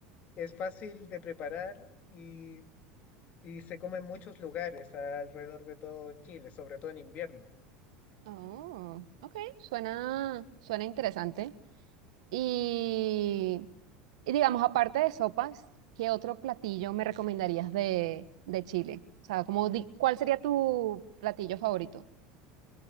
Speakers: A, on the left (about 50°); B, on the right (about 80°).
A: es fácil de preparar y, y se come en muchos lugares alrededor de todo Chile, sobre todo en invierno.
B: Oh, ok. Suena, suena interesante. Y, y digamos, aparte de sopas, ¿qué otro platillo me recomendarías de, de Chile? O sea, como di- ¿cuál sería tu platillo favorito?